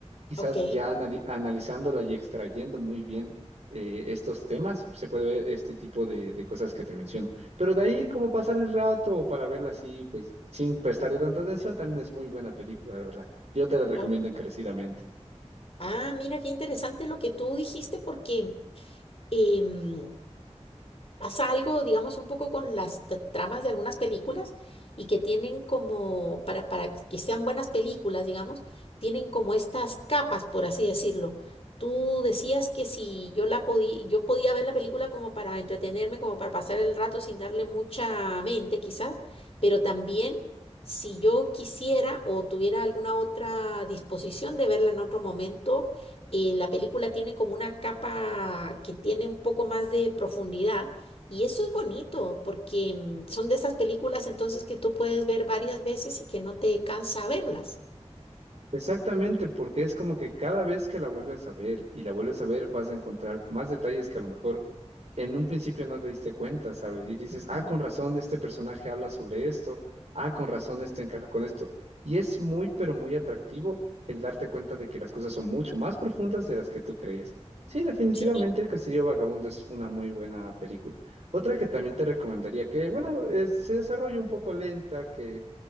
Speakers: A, on the right (about 75°); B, on the left (about 60°).
A: quizás
B: ok.
A: ya anali- analizándola y extrayendo muy bien eh, estos temas, se puede ver este tipo de, de cosas que te menciono. Pero de ahí, como pasar el rato o para verla así, pues sin prestarle tanta atención, también es muy buena película, la verdad. Yo te la recomiendo
B: Oh,
A: encarecidamente.
B: Ah, mira, qué interesante lo que tú dijiste porque em, pasa algo, digamos, un poco con las t- tramas de algunas películas y que tienen como, para, para que sean buenas películas, digamos, tienen como estas capas, por así decirlo. Tú decías que si yo la podía, yo podía ver la película como para entretenerme, como para pasar el rato sin darle mucha mente, quizás, pero también si yo quisiera o tuviera alguna otra disposición de verla en otro momento, eh, la película tiene como una capa que tiene un poco más de profundidad y eso es bonito porque mm, son de esas películas entonces que tú puedes ver varias veces y que no te cansa verlas.
A: Exactamente, porque es como que cada vez que la vuelves a ver y la vuelves a ver, vas a encontrar más detalles que a lo mejor en un principio no te diste cuenta, ¿sabes? Y dices, ah,
B: No.
A: con razón, este personaje habla sobre esto, ah, con razón, esto encaja con esto. Y es muy, pero muy atractivo el darte cuenta de que las cosas son mucho más profundas de las que tú crees. Sí, definitivamente
B: Sí,
A: El Castillo Vagabundo es una muy buena película. Otra que también te recomendaría, que bueno, es- se desarrolla un poco lenta, que